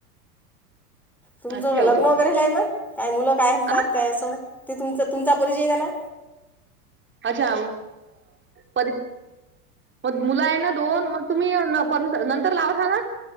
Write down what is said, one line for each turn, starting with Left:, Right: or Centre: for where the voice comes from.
Centre: तुमचं
Right: अ, ठेवते
Centre: लग्न
Right: मग
Centre: वगैरे नाहीना काय मुलं काय म्हणतात
Right: आ
Centre: काय असं ते तुमच तुमचा परिचय देणार?
Right: अच्छा प म मुलं आहे ना दोन. तुम्ही हे फोन नंतर लावसान?